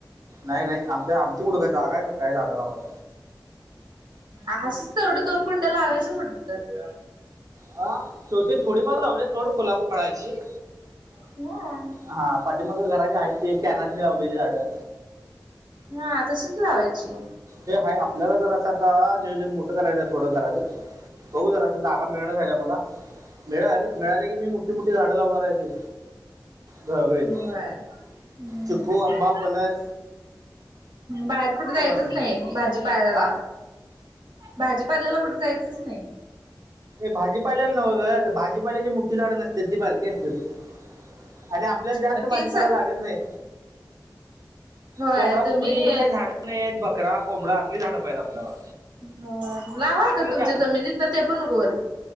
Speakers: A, on the right; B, on the right.
A: नाही नाही आम ते आमची कुठं काही जागा आहे. काय जाणार आम्हाला
B: आच ते एवढं दोन कुंड्या लावायच्या कुठेतरी
A: हा शेवती थोडीफार लावले थोड फुला फळाची
B: ह <unintelligible>
A: हा पाठी मग घरा जे आहेत ते कॅनात म लावलेली झाडं
B: हा तशीच लावायची
A: हे हा आपल्याला जर असा आता नियोजन मोठं करायच थोडं करायचं होऊ जरा अस जागा मिळणं झाल्या मला मिळाल मिळाली की मी मोठी मोठी झाडं लावणार असेल गळगळीत
B: होय हम्म
A: चिकू, आंबा, फणस,
B: बाहेर कुठे जायचंच
A: मी
B: नाही. भाजीपायला
A: हा
B: भाजीपाल्याला कुठे जायचंच नाही.
A: भाजीपाल्याला नवं ग भाजीपालेची मोठी झाडं असतेात ती बारकी असतात आणि आपल्याला जास्त
B: मग
A: भाजीपाला
B: तेच
A: लागत नाही
B: होय
A: कोंबडा
B: तुम्ही
A: कोंबडीची पण काही झाडं नाही आहेत बकरा कोंबडा असली झाडं पाहित आपल्याला
B: ह लावाता
A: असलं
B: तुमच्या
A: जादा
B: जमिनीत ना ते पण उगवला